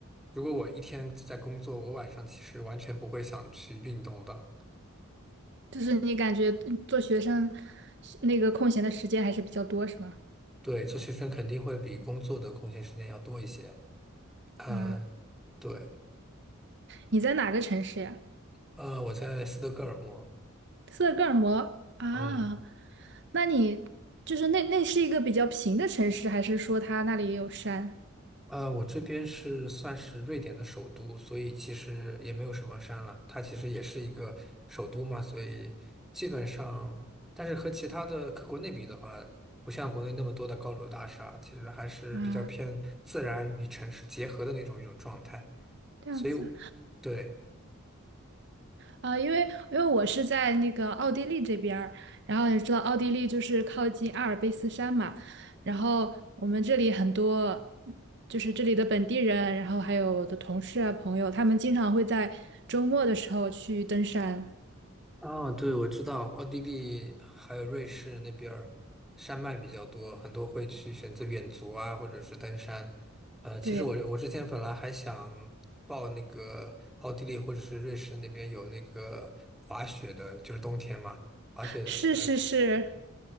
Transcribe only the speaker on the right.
就是你感觉嗯做学生那个空闲的时间还是比较多，是吗？
嗯，
你在哪个城市呀？
斯德哥尔摩啊？
那你就是那那是一个比较平的城市，还是说它那里也有山
啊？这样子。
啊，因为因为我是在那个奥地利这边儿，然后你知道奥地利就是靠近阿尔卑斯山嘛，然后我们这里很多就是这里的本地人，然后还有我的同事啊朋友，他们经常会在周末的时候去登山。
对，
是是是，